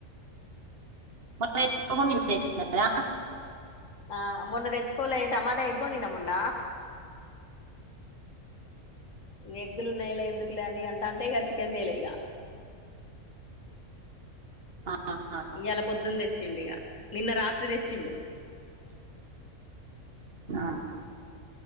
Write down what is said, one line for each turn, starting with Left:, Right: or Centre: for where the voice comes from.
Right: మొన్న తెచ్చుకోకుండా నిన్న తెచ్చుకున్నారా రా
Left: ఆ మొన్న తెచ్చుకోలే టమాటా ఎగ్గోండినా మొన్న ఎగ్గులున్నాయిలే ఎందుకులే అని అంటాంటే ఇగ చికెన్ తెేలే ఇగ
Right: ఆహా
Left: ఈయలా పొద్దున తెచ్చిండు ఇగ నిన్న రాత్రి తెచ్చిండు
Right: ఆహా